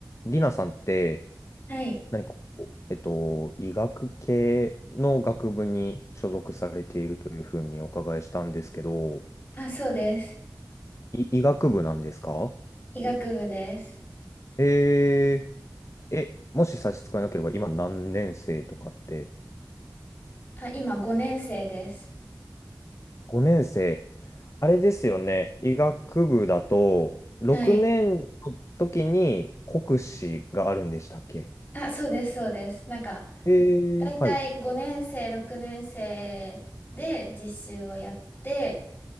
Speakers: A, on the left; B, on the left.
A: リナさんって、
B: はい。
A: 何かこう、えっと、医学系の学部に所属されているというふうにお伺いしたんですけど、
B: あ、そうです。
A: い医学部なんですか
B: 医学部です。
A: えー、え、もし差し支えなければ、今何年生とかって、
B: あ、今5年生です。
A: 5年生、あれですよね、医学部だと、6年の時に国試があるんでしたっけ
B: はい。あ、そうです、そうです。なんか、
A: え
B: だいたい5年生、
A: ー、はい、
B: 6年生で実習をやって、